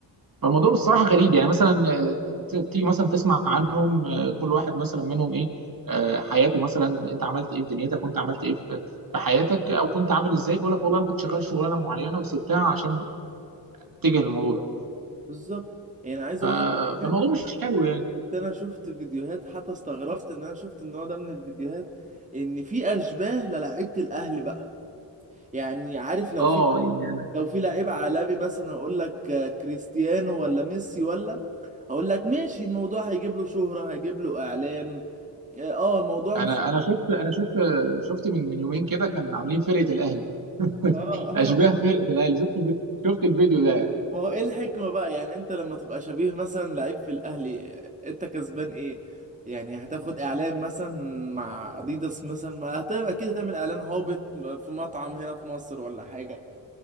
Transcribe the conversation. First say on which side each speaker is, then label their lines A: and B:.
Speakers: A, on the right; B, on the right.
A: فالموضوع الصراحه غريب يعني مثلا آه، ت- تيجي مثلا تسمع عنهم آه، كل واحد مثلا منهم ايه آه، حياته مثلا انت عملت ايه في دنيتك كنت عملت ايه في في حياتك او كنت عامل ازاي فيقول لك والله انا كنت شغال شغلانه معينه وسبتها عشان اتجه للموضوع ده
B: بالظبط يعني عايز
A: ف-
B: اقول لك كمان
A: فالموضوع مش حلو يعني
B: كنت انا شفت فيديوهات حتى استغربت ان انا شفت النوع ده من الفيديوهات ان في اشباه للاعيبه الاهلي بقى يعني عارف لو
A: اه
B: في لعيب
A: يعني
B: لو في لعيب عالمي مثلا اقول لك آه، كريستيانو ولا ميسي ولا اقول لك ماشي الموضوع هيجيب له شهرة هيجيب له اعلان اه آه، الموضوع
A: انا
B: ما فيه
A: انا شفت انا شفت شفت من من يومين كده كان عاملين فرقه الاهلي <laughs>
B: اه اه
A: اشباه فرقه الاهلي شفت شفت الفيديو ده
B: ما هو ايه الحكمة بقى يعني انت لما تبقى شبيه مثلا لعيب في الاهلي انت كسبان ايه يعني هتاخد اعلان مثلا مع اديداس مثلا ما هت- اكيد هتعمل اعلان هابط في مطعم هنا في مصر ولا حاجة